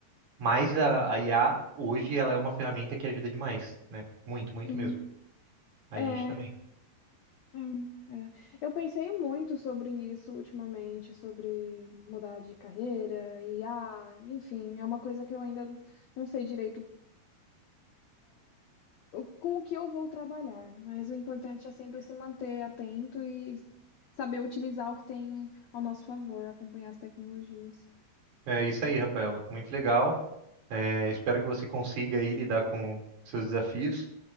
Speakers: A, on the right (about 50°); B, on the left (about 80°).
A: Mas a, a IA, hoje, ela é uma ferramenta que ajuda demais, né? Muito, muito
B: Sim.
A: mesmo. A
B: É,
A: gente também.
B: hum, é. Eu pensei muito sobre isso ultimamente, sobre mudar de carreira, IA, enfim, é uma coisa que eu ainda não sei direito o- com o que eu vou trabalhar, mas o importante é sempre se manter atento e saber utilizar o que tem ao nosso favor, acompanhar as tecnologias.
A: É isso aí, Rafaela. Muito legal. É, espero que você consiga aí lidar com seus desafios.